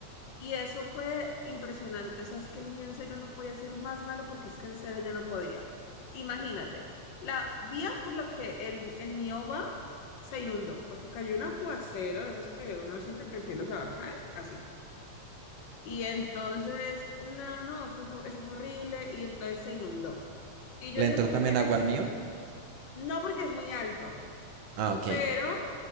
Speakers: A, on the left; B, on the right.
A: Y eso fue impresionante, sabes que el mío en serio no podía ser más malo porque es que en serio ya no podía. Imagínate, la vía por la que el, el mío va se inundó porque cayó un aguacero, de esos que uno siente que el cielo se va a caer, así. Y entonces, una, no, eso, eso eso fue horrible y entonces se inundó. Y yo
B: ¿Le
A: dije
B: entró
A: como
B: también
A: que es,
B: agua al mío?
A: no porque es muy alto,
B: Ah, ok.
A: pero